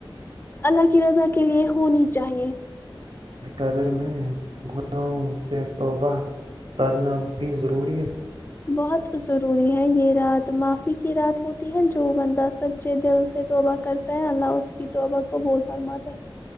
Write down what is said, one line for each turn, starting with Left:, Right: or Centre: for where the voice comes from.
Left: اللہ کی رضا کے لیے ہونی چاہیے
Right: قدر میں گناہوں سے توبہ کرنا بھی ضروری ہے
Left: بہت ضروری ہے یہ رات معافی کی کی رات ہوتی ہے جو بندہ سچے دل سے توبہ کرتا ہے اللہ اس کی توبہ کو بول فرماتا ہے